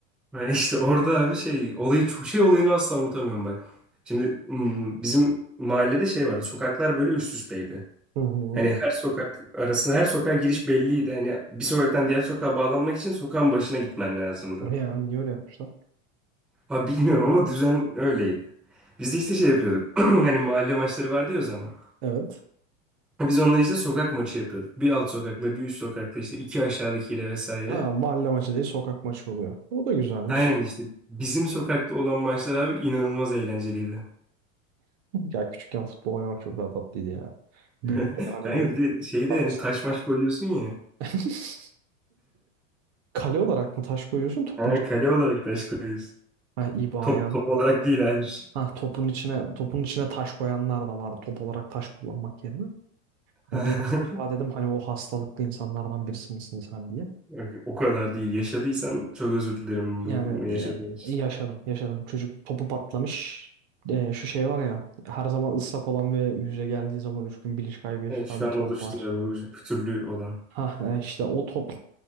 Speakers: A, in the centre; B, on the right (about 50°).
A: ha, işte orada abi şey olayı çok şey olayını asla unutamıyorum bak. Şimdi hmm, bizim mahallede şey vardı. Sokaklar böyle üst üsteydi.
B: Hı hı.
A: Hani her sokak arası her sokağa giriş belliydi. Hani bir sokaktan diğer sokağa bağlanmak için sokağın başına gitmen lazımdı.
B: O ne ya? Niye öyle yapmışlar?
A: Ha bilmiyorum ama düzen öyleydi. Biz de işte şey yapıyorduk. <clears throat> Hani mahalle maçları vardı ya o zaman.
B: Evet.
A: Biz onları işte sokak maçı yapıyorduk. Bir alt sokakla, bir üst sokakla işte iki aşağıdakiyle vesaire.
B: Ha, mahalle maçı değil sokak maçı oluyor. O da güzelmiş.
A: Aynen işte bizim sokakta olan maçlar abi inanılmaz eğlenceliydi.
B: Ya küçükken futbol oynamak çok daha tatlıydı ya. Büyünce
A: <laughs>
B: hani
A: Yani
B: bir de
A: bir de şeyde
B: arada
A: yani
B: sen...
A: taş maç koyuyorsun ya.
B: <laughs> Kale olarak mı taş koyuyorsun topun
A: Ha,
B: içine?
A: kale olarak taş koyuyorsun.
B: Ha iyi bari
A: Top,
B: yani.
A: top olarak değil hayır.
B: Ha topun içine topun içine taş koyanlar da var top olarak taş kullanmak yerine. Hani
A: <laughs>
B: bir an acaba dedim hani o hastalıklı insanlardan birisi misin sen diye.
A: Yok, O kadar değil. Yaşadıysan çok özür dilerim
B: Yani
A: bunu
B: ya-
A: yaşadığın için.
B: yaşadım, yaşadım. Çocuk topu patlamış. Ee, şu şey var ya, her zaman ıslak olan ve yüze geldiği zaman üç gün bilinç kaybı yaşatan
A: Evet, şu
B: bir
A: an
B: top
A: oluştu
B: var.
A: ya bu bir türlü olan.
B: Ha e, işte o top.